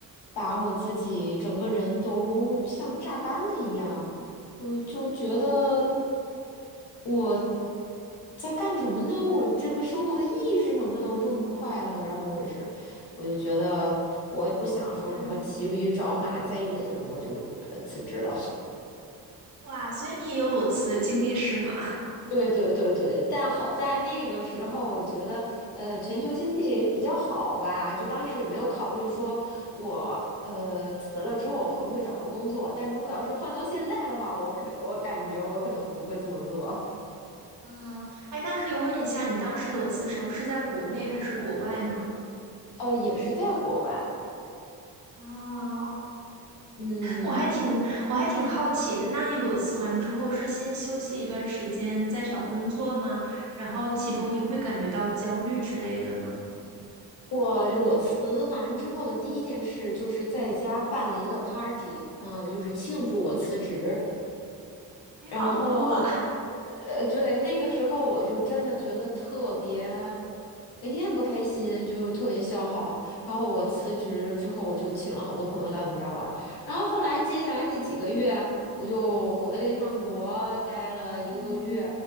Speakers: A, on the left; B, on the right.
A: 把我自己整个人都像榨干了一样，我就觉得我在干什么呢？我这个生活的意义是什么呢？我这么不快乐，然后我也是，我就觉得我也不想说什么骑驴找马再忍，
B: <laughs> 嗯，
A: 我就呃辞职了。
B: 哇，所以你也有裸辞的经历是吗？
A: 对对对对，但好在那个时候，我觉得，呃，全球经济也比较好吧，就当时也没有考虑说我，呃，辞了之后会不会找到工作。但如果要是换到现在的话，我可我感觉我可能不会这么做。
B: 啊，哎，那可以问一下，你当时裸辞的时候是在国内还是国外呢？
A: 呃，也是在国外，
B: 啊，
A: 嗯，
B: 我还挺我还挺好奇的。那你裸辞完之后是先休息一段时间再找工作吗？然后其中你会感觉到焦虑之类的吗？
A: 我裸辞完之后的第一件事就是在家办了一个 party，嗯、就是庆祝我辞职。
B: 你好酷啊！
A: 然后，呃，对，那个时候我就真的觉得特别，每天也不开心，就特别消耗。然后我辞职之后，我就请了好多朋友来我们家玩儿。然后后来接下来那几个月，我就回了一趟国，待了一个多月。
B: 嗯